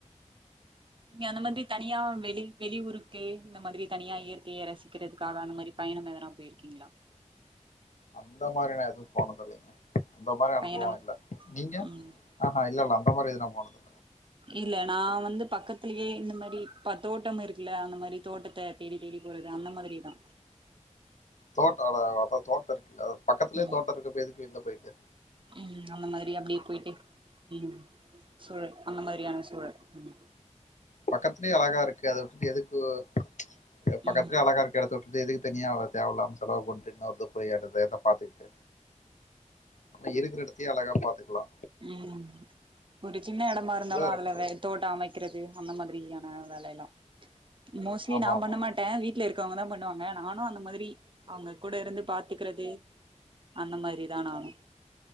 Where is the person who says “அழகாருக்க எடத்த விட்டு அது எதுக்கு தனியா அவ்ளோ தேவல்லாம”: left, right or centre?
Left